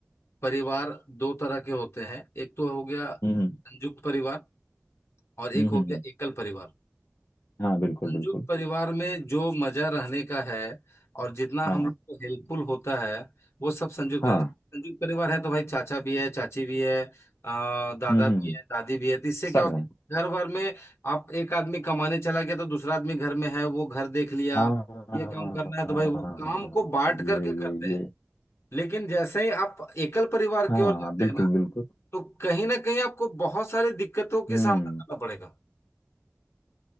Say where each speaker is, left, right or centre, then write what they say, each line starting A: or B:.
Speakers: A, on the left; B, on the left.
A: परिवार दो तरह के होते हैं एक तो हो गया
B: हम्म हम्म
A: संयुक्त परिवार और
B: हम्म
A: एक
B: हम्म,
A: हो गया
B: हम्म।
A: एकल परिवार
B: हाँ बिल्कुल
A: संयुक्त
B: बिल्कुल
A: परिवार में जो मजा रहने का है और जितना
B: हाँ
A: हम लोग को हेल्पफुल होता है वो सब संयुक्त
B: हाँ
A: परिवार संयुक्त परिवार है तो भाई चाचा भी है चाची भी है अ, दादा
B: हम्म
A: भी
B: हम्म हम्म।
A: है दादी भी है तो इससे क्या
B: सब
A: होता
B: है
A: है, घर भर में आप एक आदमी कमाने चला गया तो दूसरा आदमी घर में है वो घर देख लिया
B: हाँ
A: ये काम करना है तो भाई वो काम को बांट
B: ये
A: करके करते
B: ये
A: हैं
B: ये
A: लेकिन जैसे ही आप एकल परिवार
B: हाँ
A: की ओर जाते
B: बिल्कुल
A: हैं ना
B: बिल्कुल
A: तो कहीं ना कहीं आपको बहुत सारी दिक्कतों की
B: हम्म
A: सामना करना पड़ेगा